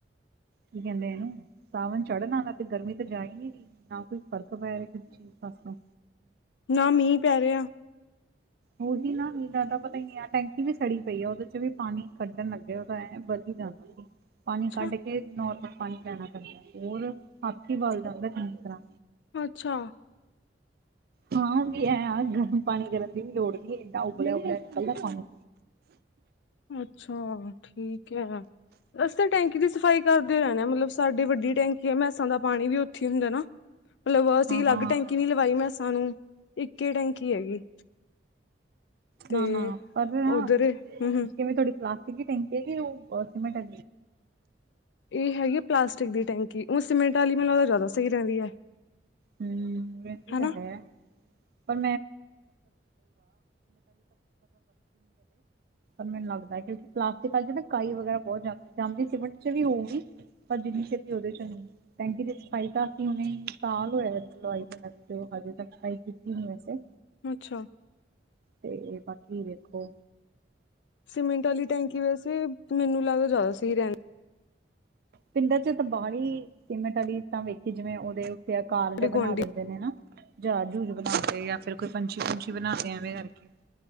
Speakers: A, on the right; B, on the left.
A: ਕੀ ਕਹਿੰਦੇ ਇਹਨੂੰ ਸਾਵਣ ਚੜ੍ਹਨਾ ਨਾ ਤੇ ਗਰਮੀ ਤਾਂ ਜਾਈ ਨੀ ਨਾ ਕੋਈ। ਫ਼ਰਕ ਪੈ ਰਿਹਾ ਕਿਸੇ ਚੀਜ਼ ਪਾਸੋਂ
B: ਨਾ ਮੀਂਹ ਪੈ ਰਿਹਾ।
A: ਉਹੀ ਨਾ ਵੀ ਜ਼ਿਆਦਾ ਪਤਾ ਹੀ ਆ ਟੈਂਕੀ ਵੀ ਸੜੀ ਪਈ ਆ ਉਹਦੇ ਚ ਵੀ ਪਾਣੀ ਕੱਢਣ ਲੱਗਿਆ ਉਹਦਾ ਹੈ ਵਧੀਆ। ਜਾਣਾ ਸੀ। ਪਾਣੀ
B: ਅੱਛਾ
A: ਕੱਢ ਕੇ, ਨੋਰਮਲ ਪਾਣੀ ਪੈਣਾ ਪੈਂਦਾ ਹੋਰ, ਹੱਥ ਹੀ ਬਲ ਜਾਂਦਾ ਚੰਗੀ ਤਰ੍ਹਾਂ
B: ਅੱਛਾ।
A: ਹਾਂ, ਵੀ ਹੈ ਗਰਮ ਪਾਣੀ ਕਰਨ ਵੀ ਲੋੜ ਨਹੀਂ ਏਦਾਂ ਉਬਲਿਆ- ਉਬਲਿਆ ਨਿਕਲਦਾ ਪਾਣੀ।
B: ਅੱਛਾ! ਠੀਕ ਹੈ, ਅਸੀ ਤਾਂ, ਟੈਂਕੀ ਦੀ ਸਫ਼ਾਈ ਕਰਦੇ ਰਹਿਨੇ ਆਂ ਮਤਲਬ ਸਾਡੇ ਵੱਡੀ ਟੈਂਕੀ ਹੈ, ਮ੍ਹੈਸਾਂ ਦਾ ਪਾਣੀ ਵੀ ਉੱਥੇ ਹੁੰਦਾ ਨਾ, ਮਤਲਬ ਅਸੀਂ
A: ਹਾਂ
B: ਅਲੱਗ
A: ਹਾਂ ਹਾਂ
B: ਟੈਂਕੀ ਨੀ ਲਵਾਈ ਮ੍ਹੈਸ ਸਾਨੂੰ ਇੱਕੇ ਟੈਂਕੀ ਹੈਗੀ। ਤੇ
A: ਨਾ- ਨਾ ਪਰ ਨਾ
B: ਉੱਧਰ ਹੂੰ-ਹੂੰ
A: ਕਿਵੇਂ ਤੁਹਾਡੀ ਕਲਾਸ- ਕ ਟੈਂਕੀ ਕਿ ਸੀਮੈਂਟ ਆ।
B: ਇਹ ਹੈਗੀ ਪਲਾਸਟਿਕ ਦੀ ਟੈਂਕੀ ਉਹ ਸਿਮਟ ਵਾਲੀ ਮੈਨੂੰ ਲੱਗਦਾ ਜਿਆਦਾ ਸਹੀ ਰਹਿੰਦੀ।
A: ਪਰ
B: ਹਨਾ
A: ਮੈਂ, ਪਰ ਮੈਨੂੰ ਲੱਗਦਾ ਕਿਉਂਕਿ ਕਲਾਸ। ਕਾਈ ਵਗੈਰਾ ਬਹੁਤ ਜਾਂਦੇ ਸੀ। ਬਟ ਵੀ ਹੋਊਗੀ ਜਿੰਨੀ ਛੇਤੀ ਉਹਦੇ ਚ ਨੀ ਟੈਂਕੀ ਦੇ ਸਫਾਈ ਤਾਂ ਅਸੀਂ ਉਹਨੇ ਸਾਲ ਸਬਸਕ੍ਰਾਈਬ ਕੀਤੀ ਨਹੀਂ ਵੈਸੇ
B: ਅੱਛਾ।
A: ਤੇ ਬਾਕੀ ਦੇਖੋ।
B: ਸੀਮੈਂਟ ਵਾਲੀ ਟੈਂਕੀ ਵੈਸੇ ਮੈਨੂੰ ਲੱਗਦਾ ਜਿਆਦਾ ਸਹੀ ਰਹਿਣ।
A: ਪਿੰਡਾਂ ਚ ਤਾਂ ਬਹੁਤ ਹੀ ਸਿਮਟ ਵਾਲੀ ਇੱਦਾਂ ਵੇਖੇ ਜਿਵੇਂ ਉਹਦੇ। ਤੇ ਕਾਲਜ
B: ਸਾਡੇ ਗੁਆਂਢੀ
A: ਬਣਾ ਦਿੰਦੇ ਨੇ ਨਾ। ਜਹਾਜ ਜੂਜ ਬਣਾਤੇ ਫਿਰ ਕੋਈ ਪੰਛੀ ਪੁੰਚੀ ਬਣਾ ਕੇ ਐਵੇਂ ਕਰਕੇ।